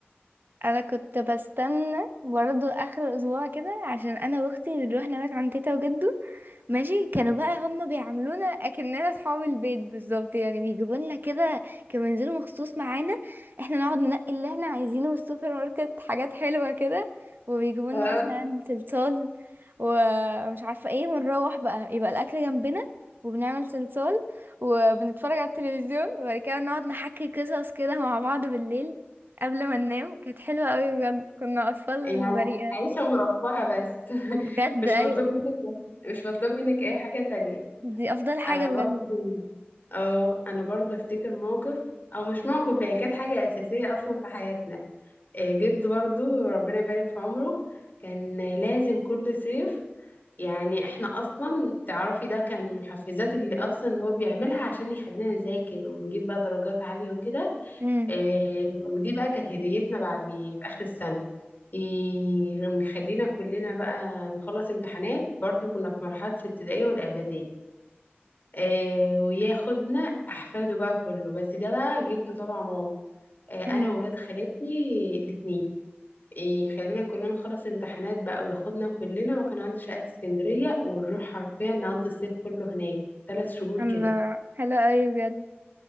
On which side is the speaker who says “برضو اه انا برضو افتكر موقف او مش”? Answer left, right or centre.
Left